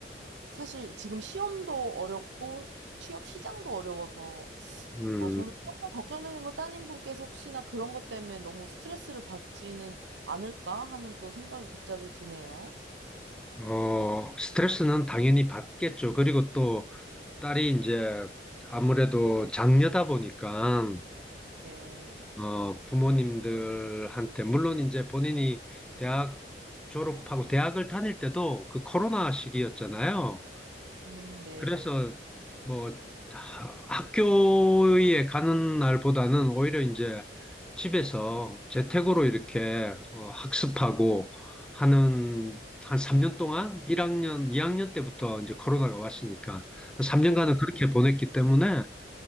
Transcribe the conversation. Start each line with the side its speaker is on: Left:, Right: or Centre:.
Right: 사실 지금 시험도 어렵고 취업 시장도 어려워서
Centre: 음.
Right: 어, 저는 조금 걱정되는 건 따님분께서 혹시나 그런 것 때문에 너무 스트레스를 받지는 않을까 하는 또 생각이 갑자기 드네요.
Centre: 어, 스트레스는 당연히 받겠죠. 그리고 또 딸이 이제 아무래도 장녀다 보니까
Right: 네.
Centre: 어, 부모님들한테, 물론 이제 본인이 대학 졸업하고 대학을 다닐 때도 그 코로나 시기였잖아요.
Right: 음, 네.
Centre: 그래서 뭐 하- 학교에 가는 날보다는 오히려 이제 집에서 재택으로 이렇게 어, 학습하고 하는 한 3년 동안 1학년, 2학년 때부터 이제 코로나가 왔으니까 3년간은
Right: 네.
Centre: 그렇게 보냈기 때문에